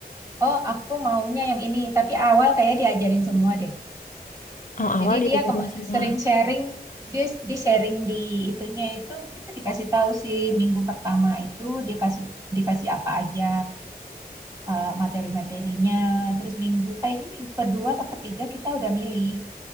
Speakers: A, on the right; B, on the left.
A: oh aku maunya yang ini, tapi awal kayak diajarin semua deh.
B: oh awal
A: Jadi
B: diajarin
A: dia kema-
B: semua.
A: sering sharing, dia di sharing di itunya itu kita dikasih tahu sih minggu pertama itu dia kasih dikasih apa aja eh, materi-materinya, terus minggu kayaknya minggu kedua atau ketiga kita udah milih